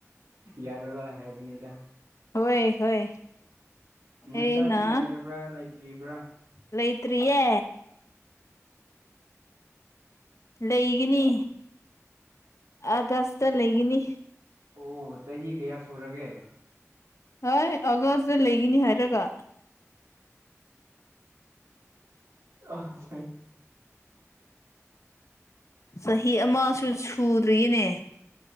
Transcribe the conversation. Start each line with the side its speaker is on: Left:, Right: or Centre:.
Right: ꯌꯥꯔ ꯍꯥꯏ ꯃ‌ꯦꯗꯥ
Left: ꯍꯣꯏ ꯍꯣꯏ
Right: ꯅꯆꯥꯗꯤ
Left: ꯑꯩꯅ
Right: ꯂꯩꯔꯕ꯭ꯔꯥ ꯂꯩꯗ꯭ꯔꯤꯕ꯭ꯔꯥ
Left: ꯂꯩꯇ꯭ꯔꯤꯌꯦ ꯂꯩꯒꯅꯤ ꯑꯥꯒꯁꯇ ꯂꯩꯒꯅꯤ
Right: ꯑꯣ ꯆꯍꯤ ꯀꯌꯥ ꯁꯨꯔꯒꯦ
Left: ꯍꯣꯏ ꯑꯒꯁ ꯂꯩꯒ ꯅꯤ ꯍꯥꯏꯔꯒ
Right: ꯑ ꯆꯍꯤ
Left: ꯆꯍꯤ ꯑꯃꯁꯨ ꯁꯨꯗ꯭ꯔꯤꯌꯦꯅꯦ